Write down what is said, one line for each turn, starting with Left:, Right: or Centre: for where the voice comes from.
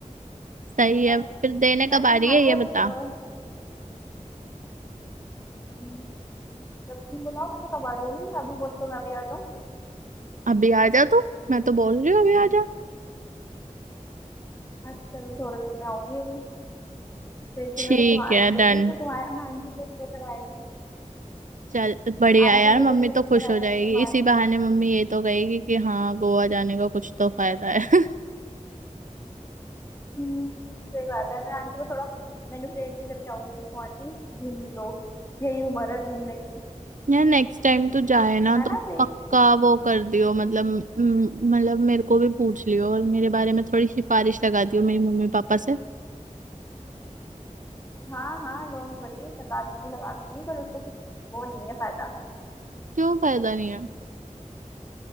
Right: सही
Left: मैं
Right: है फिर देने
Left: मैं
Right: कब
Left: तुम्हारे
Right: आ रही है ये
Left: लिए अ,
Right: बता
Left: हम्म, जब तुम बुलाओ मैं तो तब आ जाऊंगी अभी बोल तो मैं अभी आ जाऊँ
Right: अभी आ जा तू मैं तो बोल रही हूँ अभी आ जा
Left: अच्छा चलो थोड़ी देर में आऊंगी अभी फिर तुम्हें
Right: ठीक
Left: सामान
Right: है
Left: दूंगी
Right: डन
Left: तो तुम्हारे मैं आंटी के लिए भी लेकर आई हूँ
Right: चल बढ़िया
Left: आंटी
Right: है यार
Left: के
Right: मम्मी
Left: लिए भी लेकर
Right: तो खुश
Left: आई
Right: हो
Left: हूँ
Right: जाएगी
Left: सामान
Right: इसी बहाने मम्मी ये तो कहेगी कि हाँ गोवा जाने का कुछ तो फायदा है <laughs>
Left: हम्म, सही बात है मैं आंटी को थोड़ा मैनिपुलेट भी करके आऊंगी देखो आंटी घूमने दो यही उम्र है घूमने की
Right: यार नेक्स्ट टाइम तो जाए ना
Left: है
Right: तो
Left: ना सही
Right: पक्का
Left: है ना
Right: वो कर दियो मतलब म- मतलब मेरे को भी पूछ लियो और मेरे बारे में थोड़ी सिफारिश लगा दियो मेरी मम्मी पापा से
Left: हाँ हाँ डोंट वरी लगा दूंगी लगा दूंगी पर उसको कुछ वो नहीं है फायदा
Right: क्यों फायदा नहीं है